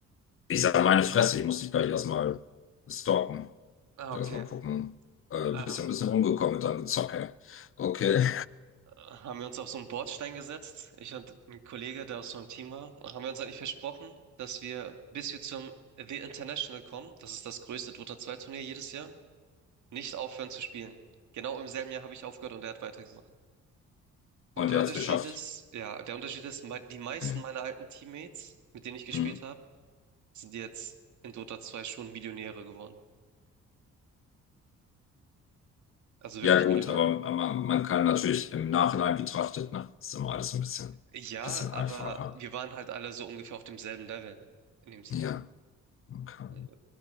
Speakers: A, on the left; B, on the right.
A: Ich sage meine Fresse, ich muss dich gleich erstmal stalken.
B: Ah,
A: Lass
B: okay.
A: mal gucken. Äh,
B: Ähm,
A: bist ja ein bisschen rumgekommen mit deinem Gezocke. Okay.
B: haben wir uns auf so einen Bordstein gesetzt, ich und ein Kollege, der aus so einem Team war, und haben wir uns eigentlich versprochen, dass wir, bis wir zum The International kommen, das ist das größte Dota 2 Turnier jedes Jahr, nicht aufhören zu spielen. Genau im selben Jahr habe ich aufgehört und er hat weitergemacht. Und
A: Und
B: der
A: er
B: Unterschied
A: hat es geschafft.
B: ist, ja, der Unterschied ist, mei- die meisten
A: Hm.
B: meiner alten Teammates, mit denen ich gespielt
A: Hm.
B: habe, sind jetzt in Dota 2 schon Millionäre geworden. Also wirklich
A: Ja, gut,
B: Millionäre.
A: aber man, man kann natürlich im Nachhinein betrachtet, ne? Ist immer alles so ein bisschen,
B: Ja,
A: bisschen
B: aber
A: einfacher.
B: wir waren halt alle so ungefähr auf demselben Level, in dem Sinne.
A: Ja, okay.
B: Also,